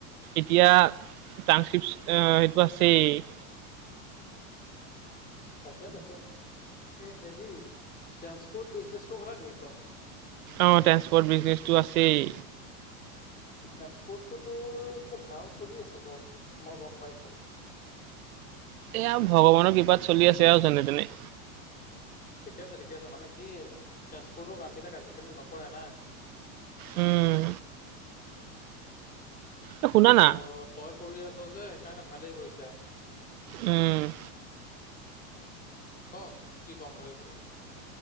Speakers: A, on the right; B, on the left.
A: এতিয়া ট্ৰাসক্ৰিপচ অঁ সেইটো আছেই।
B: তাকে তাকে, এ হেৰি ট্ৰেন্সপৰ্ট বিজনেটোৰ কথা কৈ আছ?
A: অঁ' ট্ৰেন্সপৰ্ট বিজনেছটো আছেই।
B: ট্ৰান্সপোৰ্টটো তোৰ কিন্তু ভাল চলি আছে তোৰ, মই গম পাইছো।
A: এয়া ভগৱানৰ কৃপাত চলি আছে আৰু যেনে তেনে।
B: ঠিকে আছে ঠিকে আছে। মানে কি ট্ৰেন্সপৰ্টৰ কামবিলাক আজিকালি নকৰে না।
A: উম এ শুনা
B: ত'
A: না
B: তই কৰি আছ যে সেইকাৰণে ভালেই কৰিছা।
A: উম'
B: ক কি কম ভাবিছিলি?